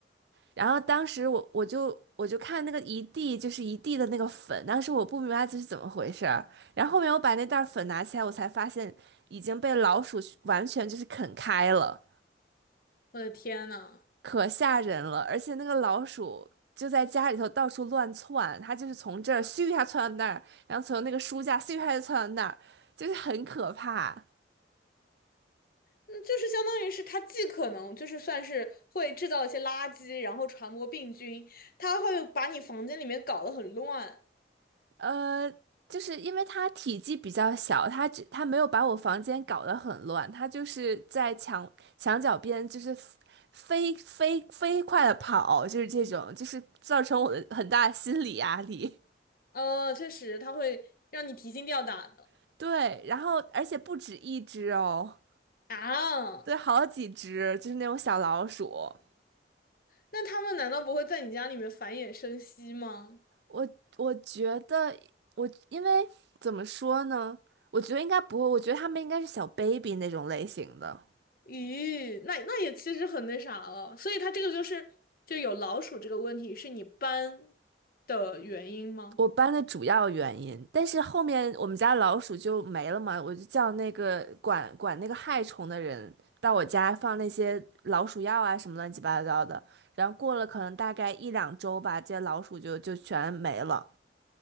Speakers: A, on the right; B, on the left.
A: 然后当时我我就我就看那个一地就是一地的那个粉，当时我不明白这是怎么回事儿然后后面我把那袋儿粉拿起来，我才发现已经被老鼠完全就是啃开了。
B: 我的天呐！
A: 可吓人了，而且那个老鼠就在家里头到处乱窜，它就是从这儿咻一下窜到那儿，然后从那个书架咻一下就窜到那儿，就是很可怕。
B: 那就是相当于是它既可能就是算是会制造一些垃圾，然后传播病菌，它会把你房间里面搞得很乱。
A: 呃，就是因为它体积比较小，它只它没有把我房间搞得很乱，它就是在墙墙角边就是飞飞飞快的跑，就是这种，就是造成我的很大的心理压力。
B: 呃，确实，它会让你提心吊胆的
A: <laughs> 对，然后而且不止一只哦。
B: 啊。
A: 对，好几只，就是那种小老鼠。
B: 那他们难道不会在你家里面繁衍生息吗？
A: 我我觉得我因为怎么说呢？我觉得应该不会，我觉得他们应该是小 baby 那种类型的。
B: 咦，那那也其实很那啥了。所以它这个就是就有老鼠这个问题，是你搬的原因吗？
A: 我搬的主要原因，但是后面我们家老鼠就没了嘛，我就叫那个管管那个害虫的人到我家放那些老鼠药啊什么乱七八糟的，然后过了可能大概一两周吧，这些老鼠就就全没了。